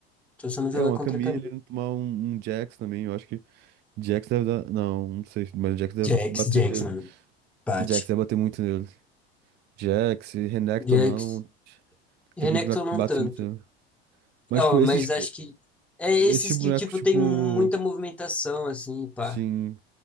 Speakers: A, in the centre; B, on the right (about 35°).
A: Só você não
B: É
A: jogar
B: uma
A: contra
B: Camille,
A: a Camille.
B: tomar um, um Jax também. Eu acho que Jax deve dar. Não, não sei, mas Jax deve
A: Jax,
B: bater
A: Jax,
B: nele.
A: mano. Bate.
B: Jax deve bater muito nele. Jax, Renekton
A: Jax.
B: não.
A: Renekton
B: Tem alguns bonecos
A: não
B: que batem
A: tanto.
B: muito. nele. Mas,
A: Ó,
B: tipo, esses,
A: mas acho que é esses
B: esses bonecos,
A: que, tipo,
B: tipo.
A: tem muita movimentação, assim, pá.
B: Sim.